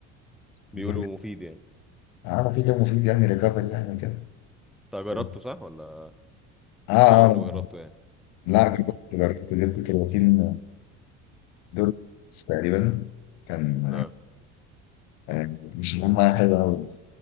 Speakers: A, on the left (about 75°); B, in the centre.
A: بالظبط.
B: بيقولوا مفيد يعني
A: اه مفيد مفيد يعني ريكفري يعني كده
B: انت جربته
A: اه
B: صح ولا
A: آه.
B: بس انا عمري ما جربته يعني
A: لا جربت جربت جبت كرياتين دول بس تقريبا كان
B: لا
A: آه، مش مهم معايا حلو قوي